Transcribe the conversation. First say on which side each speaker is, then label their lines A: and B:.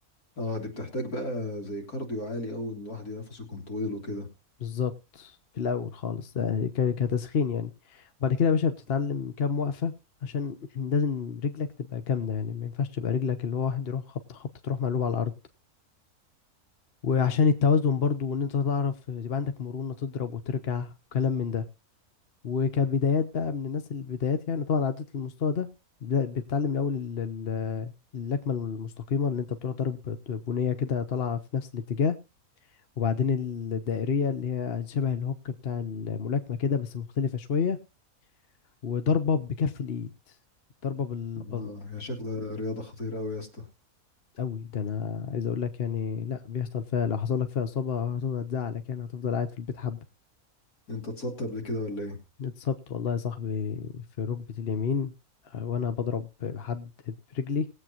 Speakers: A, on the left; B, on the left.
A: اه دي بتحتاج بقى زي كارديو عالي او ان الواحد نفسه يكون طويل وكده
B: بالظبط في الأول خالص ده ك- كتسخين يعني وبعد كده يا باشا بتتعلم كام وقفة عشان <clears throat> لازم رجلك تبقى كاملة يعني ما ينفعش تبقى رجلك اللي هو واحد يروح خبطة خبطة تروح مقلوبة على الأرض وعشان التوازن برضو وان انت تعرف يبقى عندك مرونة تضرب وترجع وكلام من ده وكبدايات بقى من الناس البدايات يعني طبعا عدت المستوى ده بدا- بتتعلم الاول ال- ال- اللكمة المستقيمة اللي انت بتروح ضرب بنية كده طالعة في نفس الاتجاه وبعدين الدائرية اللي هي شبه الهوك بتاع الملاكمة كده بس مختلفة شوية وضربة بكف الايد ضربة بالبل
A: اه هي شكلها رياضة خطيرة اوي يا اسطى
B: قوي ده انا عايز اقول لك يعني لا بيحصل فيها لو حصل لك فيها اصابة هتفضل هتزعلك يعني هتفضل قاعد في البيت حبة
A: انت اتصبت قبل كده ولا ايه
B: اتصبت والله يا صاحبي في ركبة اليمين آه، وانا بضرب حد برجلي